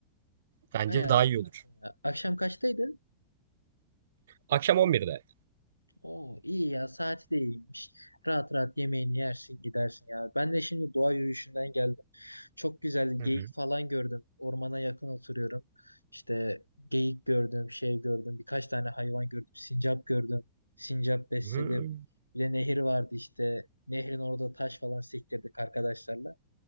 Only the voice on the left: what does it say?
Aynen
rahatlarsın
ya. Akşam kaçtaydın?
Oo iyi ya saati de iyiymiş. Rahat rahat yemeğini yersin gidersin ya. Ben de şimdi doğa yürüyüşünden geldim. Çok güzel
geyik
falan gördüm. Ormana yakın oturuyorum. İşte geyik gördüm, şey gördüm. Birkaç tane hayvan gördüm. Sincap gördüm. Sincap besledim.
Bir de nehir vardı işte. Nehrin orada taş falan sektirdik arkadaşlarla.